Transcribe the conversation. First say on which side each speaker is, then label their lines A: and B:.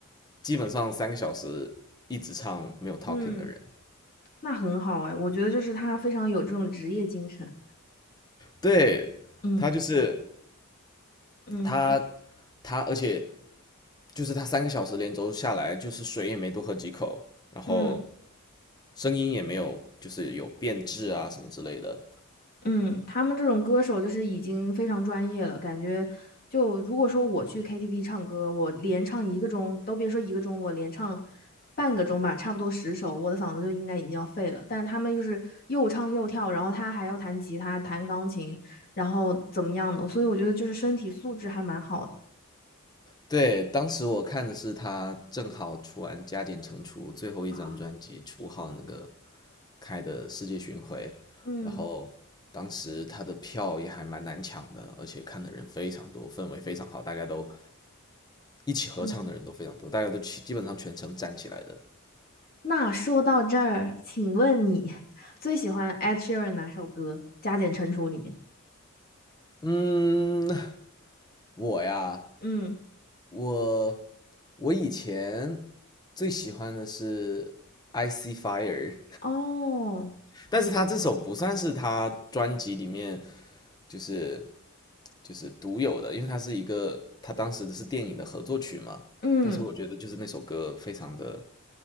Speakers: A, on the left (about 20°); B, on the left (about 45°).
A: 基本上三个小时一直唱没有 talking
B: 嗯，
A: 的人，
B: 那很好哎，我觉得就是他非常有这种职业精神。
A: 对，
B: 嗯
A: 他就是
B: 嗯
A: 他他，而且就是他三个小时连轴下来，就是水也没多喝几口，然后
B: 嗯。
A: 声音也没有就是有变质啊什么之类的，
B: 嗯，他们这种歌手就是已经非常专业了，感觉就如果说我去 KTV 唱歌，我连唱一个钟，都别说一个钟，我连唱半个钟吧，差不多十首，我的嗓子就应该已经要废了。但是他们就是又唱又跳，然后他还要弹吉他、弹钢琴，然后怎么样的，所以我觉得就是身体素质还蛮好的。
A: 对，当时我看的是他正好出完《加减乘除》最后一张专辑初号那个
B: 啊，
A: 开的世界巡回，
B: 嗯
A: 然后当时他的票也还蛮难抢的，而且看的人非常多，氛围非常好，大家都一起合唱的人都非常多，
B: 嗯，
A: 大家都基本上全程站起来的。
B: 那说到这儿，请问你最喜欢 Ed Sheeran 哪首歌？加减乘除里面。
A: 嗯，我呀，
B: 嗯，
A: 我我以前最喜欢的是 IC Fire。
B: 哦，
A: 但是他这首不算是他专辑里面就是就是独有的，因为它是一个他当时的是电影的合作曲嘛。
B: 嗯。
A: 但是我觉得就是那首歌非常的，